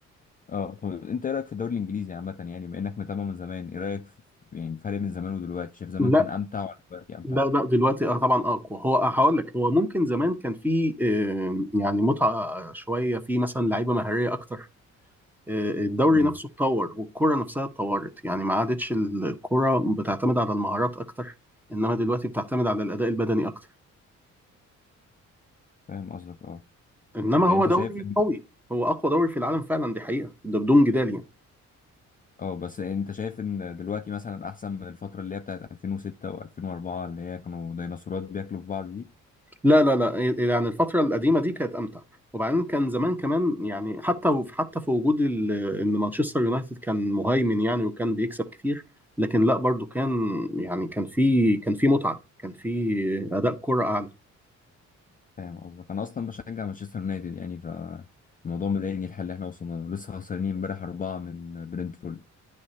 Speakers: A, on the left; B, in the centre.
A: اه طب انت ايه رأيك في الدوري الانجليزي عامة يعني بما انك متابع من زمان ايه رأيك في يعني فرق من زمان ودلوقتي شايف زمان
B: لا
A: كان امتع ولا دلوقتي امتع
B: لا لا دلوقتي اه طبعا اقوى هو آه هقول لك هو ممكن زمان كان في آه، يعني متعة شوية في مثلا لعيبة مهارية اكتر آه، الدوري
A: امم
B: نفسه اتطور والكرة نفسها اتطورت يعني ما عادتش الكرة بتعتمد على المهارات اكتر انما دلوقتي بتعتمد على الاداء البدني اكتر
A: فاهم قصدك اه
B: انما
A: يعني
B: هو
A: انت
B: دوري
A: شايف ان
B: قوي هو اقوى دوري في العالم فعلا دي حقيقة ده بدون جدال يعني
A: اه بس انت شايف ان دلوقتي مثلا احسن من الفترة اللي هي بتاعت 2006 و2004 اللي هي كانوا ديناصورات بياكلوا في بعض دي
B: لا لا لا إيه، إيه، يعني الفترة القديمة دي كانت أمتع وبعدين كان زمان كمان يعني حتى وف- حتى في وجود ال- إن مانشستر يونايتد كان مهيمن يعني وكان بيكسب كتير لكن لا برضو كان يعني كان في كان في متعة كان في أداء كرة أعلى
A: فاهم قصدك انا اصلا بشجع مانشستر يونايتد يعني فالموضوع مضايقني الحل اللي احنا وصلنا له لسه خسرانين امبارح اربعه من برنتفورد